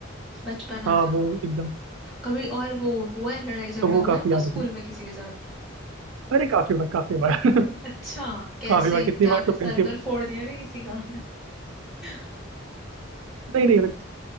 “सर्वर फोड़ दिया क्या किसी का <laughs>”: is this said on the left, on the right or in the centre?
Centre